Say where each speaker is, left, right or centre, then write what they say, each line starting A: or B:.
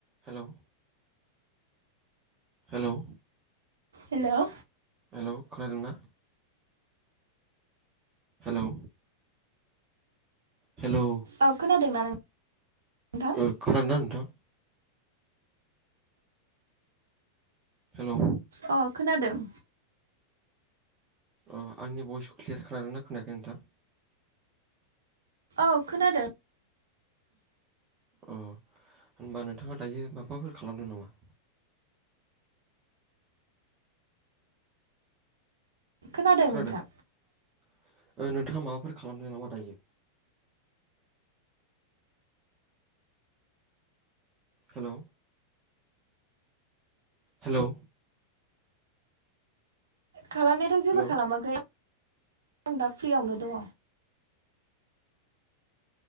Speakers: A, on the right; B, on the right.
A: हेल'। हेल'।
B: हेल'
A: हेल' खोनादोंनना। हेलौ हेलौ
B: औ खोनादों नोंथाङा।
A: ओ खोनादों ना नोंथाङा? हेलौ
B: अ खोनादों
A: अ आंनि भइसखौ क्लियार खानादों ना खोनायाखै नोंथां?
B: औ खोनादों।
A: अ होनबा नोंथाङा दायो माबाफोर खालामदों नामा?
B: खोनादों
A: खोनादों
B: नोंथां
A: नोंथाङा माबाफोर खालामदों नामा दायो। हेलौ हेलौ
B: खालामनायाथ जेबो
A: हेलौ
B: खालामाखै आं दा फ्रियावनो दङ।